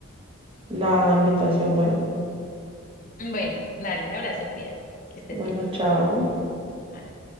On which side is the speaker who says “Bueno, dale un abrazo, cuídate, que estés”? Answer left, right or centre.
Left